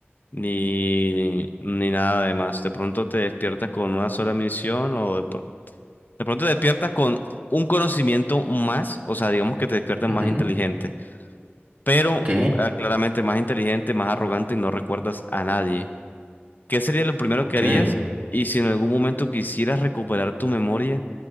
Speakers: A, on the left; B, on the right.
A: Ni, ni nada de más. De pronto te despiertas con una sola misión o de pro- De pronto te despiertas con un conocimiento más, o sea, digamos que te despiertas
B: ujú,
A: más inteligente, pero
B: ok,
A: ah, claramente más inteligente, más arrogante y no recuerdas a nadie. ¿Qué sería lo primero
B: ok,
A: que harías? Y si en algún momento quisieras recuperar tu memoria,